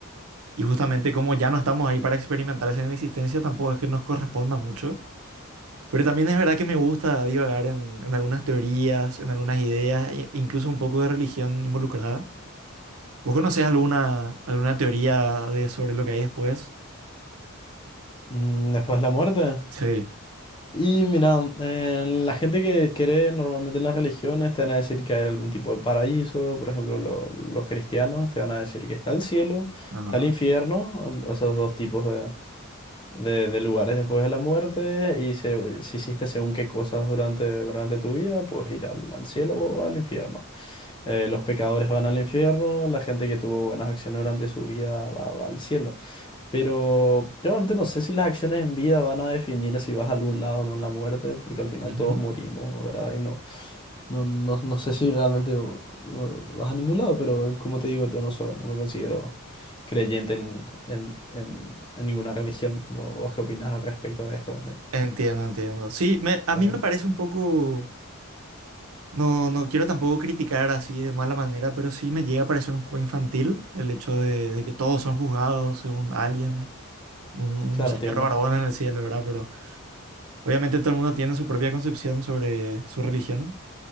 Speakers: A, on the right; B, on the left.
A: Y justamente como ya no estamos ahí para experimentar esa inexistencia, tampoco es que nos corresponda mucho. Pero también es verdad que me gusta divagar en, en algunas teorías, en algunas ideas, e- incluso un poco de religión involucrada. ¿Vos conocés alguna, alguna teoría de sobre lo que hay después?
B: Mm, Después de la muerte.
A: Sí.
B: Y mira, eh, la gente que cree normalmente en las religiones te van a decir que hay algún tipo de paraíso, por ejemplo, lo- los cristianos te van a decir que está el cielo,
A: Ajá.
B: está el infierno, o- esos dos tipos de, de- de lugares después de la muerte, y se- si hiciste según qué cosas durante, durante tu vida, pues ir al, al cielo o al infierno. Eh, los pecadores van al infierno, la gente que tuvo buenas acciones durante su vida va va al cielo. Pero yo realmente no sé si las acciones en vida van a definir si vas a algún lado o no en la muerte, porque al final
A: Ujú.
B: todos morimos, ¿verdad? Y no, no, no, no sé si realmente eh, vas a ningún lado, pero como te digo, yo no soy, no me considero creyente en, en, en, en ninguna religión. ¿Vo- ¿Vos qué opinas al respecto de esto?
A: Entiendo, entiendo. Sí, me- a mí
B: Eh,
A: me parece un poco, no, no quiero tampoco criticar así de mala manera, pero sí me llega a parecer un poco infantil el hecho de, de que todos son juzgados según alguien, un, un
B: claro,
A: señor
B: entiendo.
A: barbón en el cielo, ¿verdad? Pero obviamente todo el mundo tiene su propia concepción sobre su religión,